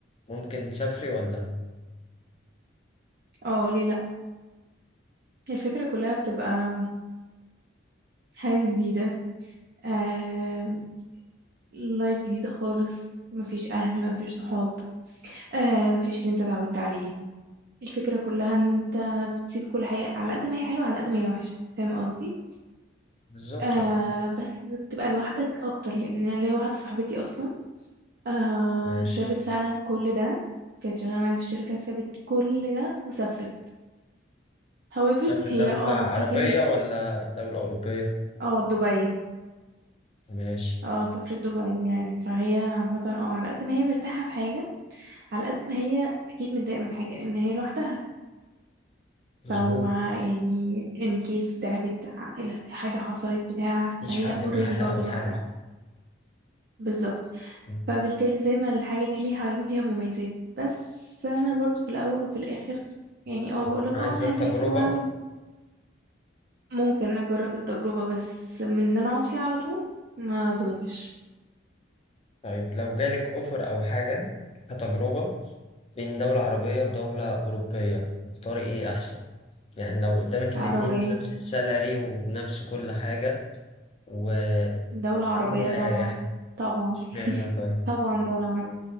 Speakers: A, on the left; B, on the right.
A: ممكن تسافري ولا
B: اه ليه لا الفكرة كلها بتبقى حاجة جديدة آه... لايف جديدة خالص مفيش اهل مفيش صحاب آه مفيش اللي انت اتعودت عليه الفكرة كلها ان انت بتسيب كل حاجة على قد ما هي حلوة على قد ما هي وحشة فاهم قصدي
A: بالظبط
B: آه
A: اه
B: بس بتبقى لوحدك اكتر لان انا ليا واحدة صاحبتي اصلا آه
A: ماشي
B: سابت فعلا كل ده كانت شغالة معايا في الشركة سابت كل ده وسافرت however
A: تسافري دولة
B: هي اه
A: عربية
B: في جانب
A: ولا دولة أوروبية
B: اه دبي
A: ماشي
B: اه سافرت دبي يعني فهي عامة اه على قد ما هي مرتاحة في حاجة على قد ما هي اكيد متضايقة من حاجة لان هي لوحدها
A: مظبوط
B: فهو معاه يعني ان كيس تعبت ع- حاجة حصلت بتاع
A: مفيش
B: فهي
A: حد معاها
B: اوريدي برضو
A: أو حاجة
B: لوحدها بالظبط
A: مم.
B: فبالتالي زي ما الحاجة دي ليها عيوب ليها مميزات بس انا برضو في الاول وفي الاخر يعني اه بقولك
A: ممكن عايزة
B: اه انا هسافر
A: تجربة
B: واعمل ممكن اجرب التجربة بس من ان انا اقعد فيها على طول ما اظنش
A: طيب لو جالك أوفر أو حاجة كتجربة بين دولة عربية ودولة أوروبية اختاري إيه أحسن؟ يعني لو قدامك
B: عربية
A: الاتنين بنفس السالري وبنفس كل حاجة وإيه
B: دولة عربية
A: اللي
B: طبعا
A: هيريحك؟
B: طبعا
A: إشمعنى طيب؟
B: طبعا دولة عربية